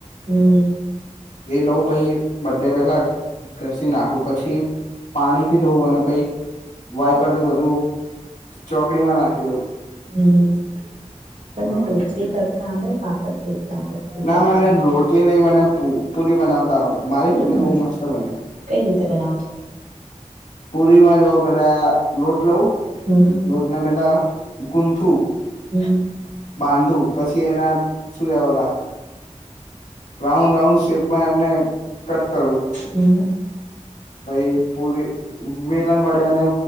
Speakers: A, on the right (about 75°); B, on the left (about 80°).
A: હમ્મ
B: એ લઉં પહી બધે પેલા ઘસી નાખું પછી પાણીથી ધોવું અને પહી વાયપરથી બધું ચોકડીમાં નાખી દઉ.
A: હમ્મ તમને
B: હા
A: ઢોકલી તડ તા આવડે પાપડ શેકતા રોટલી
B: ના
A: તળતા
B: મને રોટલી નહી મને પ પુરી બનાવ તા આવડે મારી
A: પૂરી
B: પુરી
A: બનાવતા
B: બહુ મસ્ત બને.
A: કઈ રીતે બનાવો તમે
B: પુરીમાં જોવો પેલા લોટ લઉું
A: હમ
B: લોટ ને પેલા ગુંનથુ
A: હમ્મ -
B: બાંધુ પછી એના શું ઓડા રાઉન્ડ રાઉન્ડ શેપ માં એમને કટ કરું
A: હમ
B: પહી પુરી વેલન વડે એને